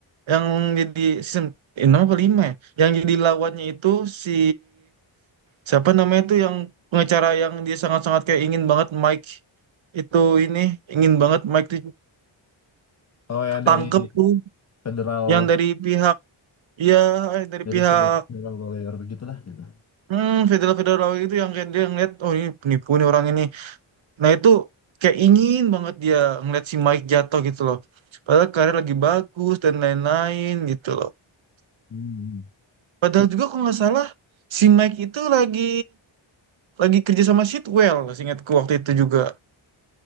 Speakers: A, on the right; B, on the left.
A: yang jadi season enam apa lima ya yang jadi lawannya itu si siapa namanya itu yang pengacara yang dia sangat-sangat kayak ingin banget Mike itu ini ingin banget Mike itu
B: Oh yang
A: tangkep
B: dari
A: tuh
B: federal
A: yang dari pihak ya dari
B: dari
A: pihak
B: federal, federal lawyer gitulah gitu.
A: hmm, federal federal itu yang kayak dia ngeliat oh ini penipu nih orang ini Nah itu kayak ingin banget dia ngeliat si Mike jatuh gitu loh. Padahal karir lagi bagus dan lain-lain gitu loh.
B: Hmm.
A: Padahal juga kalau nggak salah si Mike itu lagi lagi kerja sama Sitwell, seingatku waktu itu juga